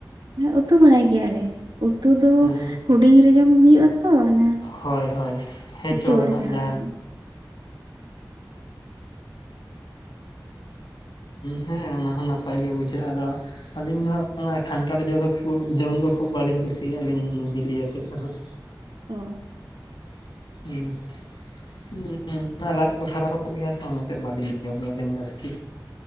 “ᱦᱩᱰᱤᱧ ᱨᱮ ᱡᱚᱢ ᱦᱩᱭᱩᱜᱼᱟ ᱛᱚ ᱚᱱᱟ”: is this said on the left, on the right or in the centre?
Right